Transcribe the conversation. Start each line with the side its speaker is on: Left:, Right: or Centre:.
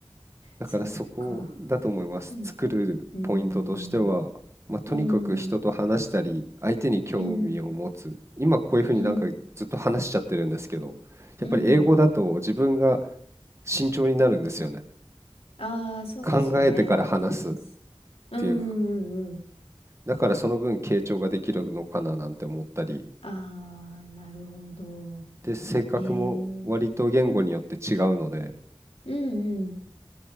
Right: だからそこだと思います。
Left: そっか。うん。
Right: 作るポイントとしては、
Left: うーん。
Right: まあ、とにかく人と話したり、
Left: うーん。
Right: 相手に興味を持つ。
Left: うーん。
Right: 今こういう風になんかずっと話しちゃってるんですけど、
Left: うん、
Right: やっぱり英語だと自分が
Left: うん。
Right: 慎重になるんですよね。
Left: ああ、そうですよね。
Right: 考えてから話す。
Left: わかります。うん、
Right: ていうか、
Left: うん、うんうん。
Right: だからその分傾聴ができるのかななんて思ったり、
Left: ああ、なるほど。
Right: で、性格も割と言語によって違うので、
Left: へえ。うん、うん、うん。